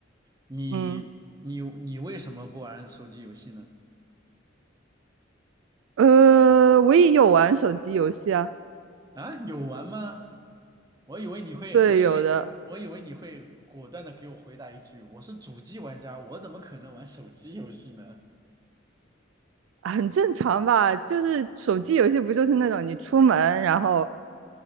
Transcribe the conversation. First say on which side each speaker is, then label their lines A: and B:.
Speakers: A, on the right; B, on the right.
A: 你你你为什么不玩手机游戏呢？
B: 嗯，呃，我也有玩手机游戏啊，
A: 啊，有玩吗？我以为你会，
B: 对，
A: 我以为我以为你会果断的给我回答一句，
B: 有的。
A: 我是主机玩家，我怎么可能玩手机游戏呢？
B: 很正常吧，就是手机游戏不就是那种你出门，然后